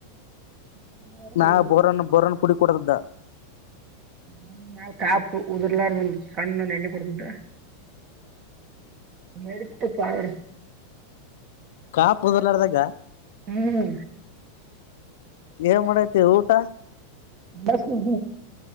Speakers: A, on the right (about 25°); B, on the left (about 65°).
A: ಹಾಕೋಕೊಂತೀನಿ
B: ನಾ ಬೋರನ್ ಬೋರನ್ ಪುಡಿ ಕೊಡ್ದ
A: ನ ನಾವ್ ಕಾಪ ಉದುರ್ಲಾರ್ದ ಒಂದ್ ಸಣ್ಣ ಒಂದ್ ಎಣ್ಣೆ ಕೊಡ್ತದ ನಡೀತಪ್ಪ ಅವ್ರು
B: ಹ್ಮ್ ಕಪದಲ್ಲಾರ್ದಕ್ಕ
A: ಹ್ಮ್
B: ಏನ್ ಮಾಡೈತಿ ಊಟ
A: ಬ ಸ್ ಕುತ